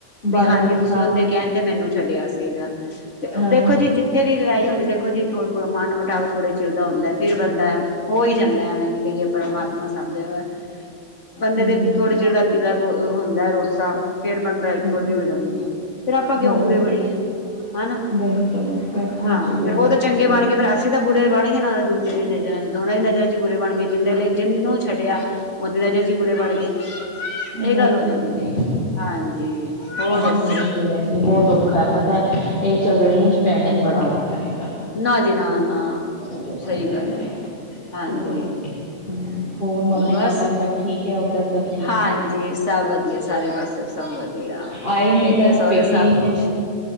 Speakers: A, on the left; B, on the left.
A: ਬਣ
B: ਵੀ ਹਾਂਜੀ
A: ਗਏ
B: ਤੁਸੀਂ
A: ਹਾਂ,
B: ਉਹਦੇ ਕਹਿਣ ਤੇ ਮੈਨੂੰ ਛੱਡਿਆ ਸੀਗਾ। ਤੇ
A: ਹਾਂ।
B: ਦੇਖੋ ਜੀ ਜਿੱਥੇ ਦੀ ਲੜਾਈ ਹੁੰਦੀ ਦੇਖੋ ਜੀ ਮਨ ਮਿਟਵ ਥੋੜ੍ਹੇ ਚਿਰ ਦਾ ਹੁੰਦਾ ਫਿਰ ਬੰਦਾ ਹੋ ਹੀ ਜਾਂਦਾ ਐਵੇਂ ਨੀ ਕਹੀਏ ਪਰਮਾਤਮਾ ਸਭ ਜਗ੍ਹਾ ਹੈ, ਬੰਦੇ
A: ਹਮ
B: ਦੇ ਥੋੜੇ ਚਿਰ ਦਾ ਗੀਲਾ ਗ ਹੁੰਦਾ ਰੋਸਾ। ਫੇਰ ਬੰਦਾ ਇੱਕੋ
A: ਹਮ
B: ਜਿਹੇ ਹੋ ਜਾਂਦੇ ਆ ਫੇਰ ਆਪਾਂ ਕਿਉਂ
A: ਹੋ
B: ਬੁਰੇ
A: ਜਾਂਦੀ
B: ਬਣੀਏ?
A: ਹੈ।
B: ਹਨਾ
A: ਬਿਲਕੁਲ ਬਿਲਕੁਲ
B: ਹਾਂ
A: ਜੀ ਬਿਲਕੁਲ
B: ਫੇਰ ਉਹ ਤਾਂ ਚੰਗੇ
A: ਸਹੀ
B: ਬਣ
A: ਗੱਲ
B: ਗਏ ਫਰ
A: ਹੈ
B: ਅਸ ਅਸੀ ਤਾਂ ਬੁਰੇ ਬਣ ਗਏ ਨਾ ਉਹ ਦਜੇ ਦੇ ਨਜ਼ਰਾਂ ਚ ਦੋਨਾਂ ਹੀ ਨਜ਼ਰਾਂ ਚ ਬੁਰੇ ਬਣ ਗਏ ਜਿੰਦੇ ਲਈ ਜਿਹਨੂੰ ਛੱਡਿਆ ਉਹਦੀ ਨਜ਼ਰਸੀਂ ਬੁਰੇ ਬਣ ਗਏ ਇਹ
A: ਬਸ
B: ਗੱਲ ਹੋ ਜਾਂਦੀ
A: ਜੀ ਬਸ
B: ਏ ਹਾਂਜੀ ਹੋਰ
A: ਬੜਾ
B: ਦੱਸੋ
A: ਮੁਸ਼ਕਿਲ ਹੈ ਬਹੁਤ ਔਖਾ ਹੈ ਪਤਾ ਇਹ ਝਗੜਿਆਂ 'ਚ ਪੈਣਾ ਹੀ ਬੜਾ ਔਖਾ ਹੈ
B: ਨਾ ਜੀ ਨਾ ਨਾ
A: ਔਖਾ
B: ਸਹੀ
A: ਲੱਗਦਾ
B: ਗੱਲ
A: ਹੈਗਾ
B: ਹੈ ਹਾਂਜੀ
A: ਹੋਰ ਹਮ ਹੋਰ ਮੰਮੀ
B: ਬਸ
A: ਪਾਪਾ ਸਭ ਠੀਕ ਏ ਉੱਧਰ ਸਭ ਠੀਕ
B: ਹਾਂਜੀ
A: ਹੈ
B: ਸਭ ਵਧੀਆ ਸਾਰੇ ਪਾਸੇ ਸਭ ਵਧੀਆ
A: ਆਏ ਨੀ
B: ਪੇਕੇ
A: ਇੱਧਰ
B: ਸਹੁਰ ਸਭ
A: ਨੀ
B: ਖੁਸ਼
A: ਹੈ